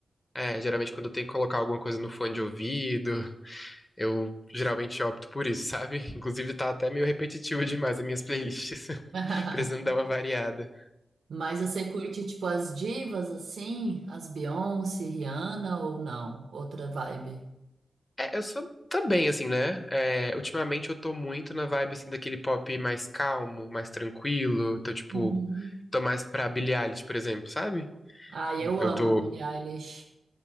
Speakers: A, on the left (about 20°); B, on the right (about 80°).
A: é, geralmente quando eu tenho que colocar alguma coisa no fone de ouvido, eu geralmente opto por isso, sabe? <laughs> Inclusive tá até meio repetitivo demais as minhas playlists. <laughs>
B: <laughs>
A: Precisando dar uma variada.
B: Mas você curte, tipo, as divas, assim? As Beyoncé, Rihanna ou não? Outra vibe.
A: É, eu sou também, assim, né? É, ultimamente eu tô muito na vibe, assim, daquele pop mais calmo, mais tranquilo. Tô, tipo,
B: Uhum.
A: tô mais pra Billie Eilish, por exemplo, sabe?
B: Ah, eu
A: Eu
B: amo
A: tô.
B: a Billie Eilish.